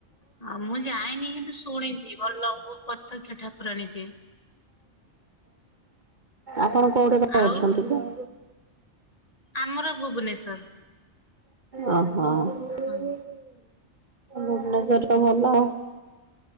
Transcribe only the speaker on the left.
ଆ ମୁଁ ଯାଇନି କିନ୍ତୁ ଶୁଣିଛି ଭଲ ବହୁତ ପ୍ରତ୍ୟକ ଠାକୁରାଣୀ ସେ।
ଆଉ
ଆମର ଭୁବନେଶ୍ଵର।
ହଁ